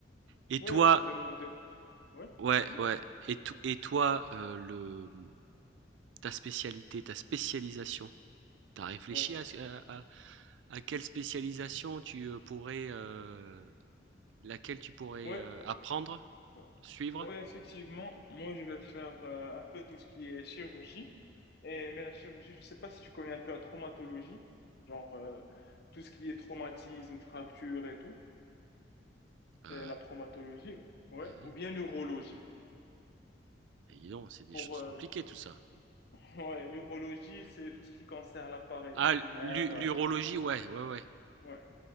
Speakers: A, on the right (about 75°); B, on the left (about 60°).
A: Et
B: Ouais,
A: toi,
B: je vais demander. Ouais,
A: ouais,
B: vas-y.
A: ouais. Et, to- et toi, euh, le, ta spécialité, ta spécialisation. T'as réfléchi
B: Ouais,
A: à, à- à- quelle spécialisation tu euh, pourrais, euh, laquelle tu pourrais
B: ouais,
A: euh, apprendre,
B: euh,
A: suivre?
B: ouais, effectivement. Moi, je vais faire euh, un peu tout ce qui est chirurgie. Et, mais la chirurgie, je sais pas si tu connais un peu la traumatologie, genre euh, tout ce qui est traumatisme, fracture et tout.
A: Euh,
B: C'est la traumatologie, ouais,
A: ouais,
B: ou bien l'urologie.
A: mais dis donc, c'est des
B: Pour
A: choses
B: euh,
A: compliquées tout ça.
B: <laughs> ouais, l'urologie, c'est tout ce qui concerne l'appareil
A: Ah,
B: urinaire.
A: l'u- l'urologie,
B: euh,
A: ouais, ouais, ouais,
B: ouais.